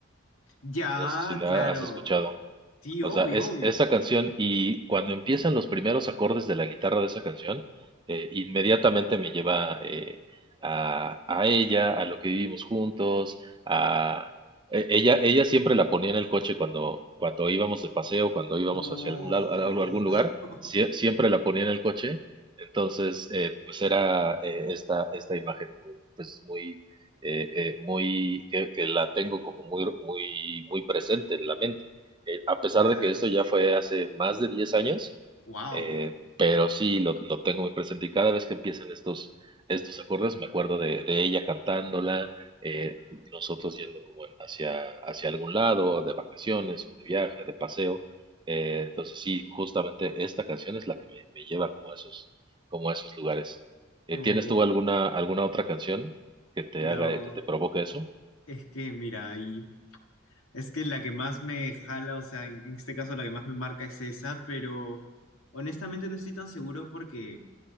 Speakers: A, on the left; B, on the right.
A: Ya,
B: No sé si la
A: claro.
B: has escuchado.
A: Sí,
B: O
A: obvio,
B: sea, es
A: obvio.
B: esa canción y cuando empiezan los primeros acordes de la guitarra de esa canción, eh, inmediatamente me lleva eh, a, a ella, a lo que vivimos juntos, a e- ella, ella siempre la ponía en el coche cuando, cuando íbamos de paseo, cuando íbamos
A: No.
B: hacia algún lado, a algún lugar,
A: <laughs>
B: sie- siempre la ponía en el coche. Entonces, eh, pues era eh, esta, esta imagen como pues muy, eh, eh, muy, que, que la tengo como muy, muy, muy presente en la mente eh, a pesar
A: Claro.
B: de que esto ya fue hace más de 10 años,
A: Wow.
B: eh, pero sí lo, lo tengo muy presente y cada vez que empiezan estos, estos acordes me acuerdo de, de ella cantándola, eh, nosotros yendo como en- hacia, hacia algún lado, de vacaciones o de viaje, de paseo. eh, entonces sí, justamente esta canción es la que me, me lleva como a esos, como a esos lugares. Eh,
A: Oh,
B: ¿tienes tú alguna, alguna otra canción que te
A: la
B: haga,
A: verdad
B: que te provoque eso?
A: es que, mira, ahí. Es que la que más me jala, o sea, en en este caso la que más me marca es esa, pero honestamente no estoy tan seguro porque.